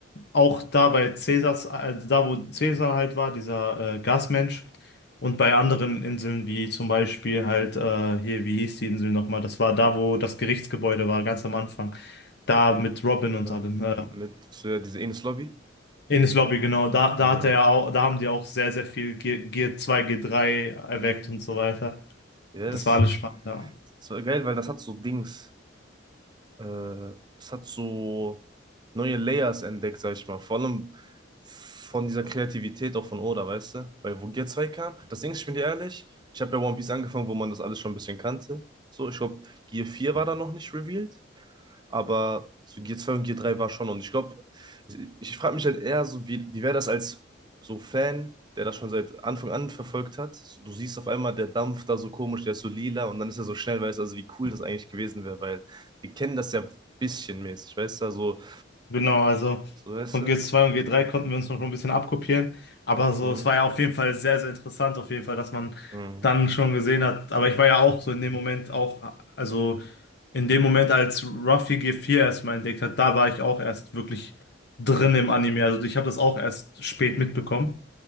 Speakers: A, on the left (about 60°); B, on the right (about 25°).
A: Auch da bei Cäsars, äh, da wo Cäsar halt war, dieser äh, Gasmensch. Und bei anderen Inseln, wie zum Beispiel halt äh, hier, wie hieß die Insel nochmal? Das war da, wo das Gerichtsgebäude war, ganz am Anfang. Da mit Robin
B: äh,
A: und allem. Äh,
B: mit so, ja, diese Enes Lobby.
A: Ines Lobby, genau. Da, da
B: Äh,
A: hat er auch, da haben die auch sehr, sehr viel G G2, G3 erweckt
B: mhm.
A: und so weiter.
B: Yes.
A: Das war alles spannend, ja.
B: Das war geil, weil das hat so Dings. äh, es hat so neue Layers entdeckt, sag ich mal. Vor allem von dieser Kreativität auch von Oda, weißt du? Weil wo Gear zwei kam, das Ding ist, ich bin dir ehrlich, ich habe bei One Piece angefangen, wo man das alles schon ein bisschen kannte. So, ich glaube, Gear vier war da noch nicht revealed. Aber so g zwei und g drei war schon. Und ich glaube, ich frage mich halt eher so, wie, wie wäre das als so Fan, der das schon seit Anfang an verfolgt hat? Du siehst auf einmal der Dampf da so komisch, der ist so lila und dann ist er so schnell, weißt du, also wie cool das eigentlich gewesen wäre, weil wir kennen das ja bisschen mäßig, weißt du, also,
A: Genau, also
B: so weißt
A: von
B: du.
A: g zwei und g drei konnten wir uns noch schon ein bisschen abkopieren, aber so,
B: Hm,
A: es war ja auf jeden Fall sehr, sehr interessant, auf jeden Fall, dass man
B: hm,
A: dann schon gesehen hat, aber ich war ja auch so in dem Moment auch, also in dem Moment, als Ruffy G4 erstmal entdeckt hat, da war ich auch erst wirklich drin im Anime, also ich habe das auch erst spät mitbekommen